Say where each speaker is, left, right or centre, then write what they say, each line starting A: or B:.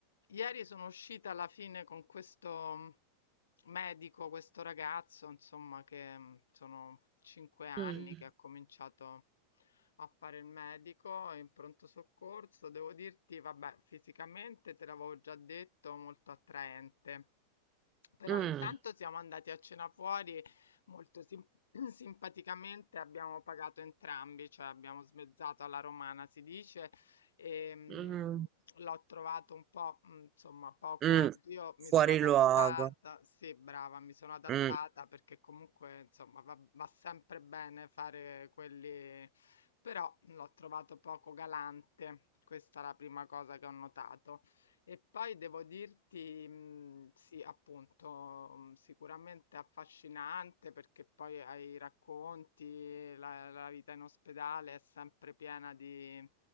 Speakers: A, on the left (about 80°); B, on the right (about 35°).
A: Ieri sono uscita alla fine con questo medico, questo ragazzo, insomma, che mm, sono cinque anni
B: Mh,
A: che ha cominciato a fare il medico in pronto soccorso. Devo dirti, vabbè, fisicamente te l'avevo già detto, molto attraente. Però
B: mh,
A: intanto siamo andati a cena fuori molto sim- <clears throat> simpaticamente, abbiamo pagato entrambi, cioè abbiamo smezzato alla romana, si dice, Ehm,
B: mh,
A: l'ho trovato un po', mhmm, insomma poco
B: mh.
A: io mi
B: Fuori
A: sono adattata
B: luogo.
A: sì brava, mi sono adattata
B: Mh,
A: perché comunque insomma va va sempre bene fare quelli però l'ho trovato poco galante. Questa è la prima cosa che ho notato. E poi devo dirti, mh, sì, appunto, mh, sicuramente affascinante perché poi ai racconti, la, la vita in ospedale è sempre piena di,